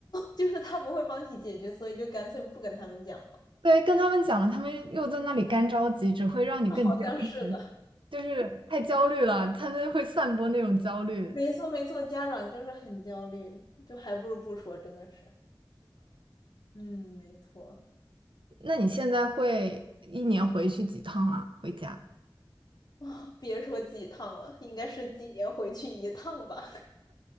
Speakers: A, on the left; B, on the right.
A: 就是他不会帮你解决，所以就干脆不跟他们讲了。
B: 对，跟他们讲了，他们又在那里干着急，只会让你更焦虑，
A: 好像是的，
B: 就是太焦虑了，他们会散播那种焦虑。
A: <laughs> 没错没错，家长就是很焦虑，就还不如不说，真的是。嗯，没错。
B: 那你现在会一年回去几趟啊？回家？
A: 啊、别说几趟了，应该是几年回去一趟吧？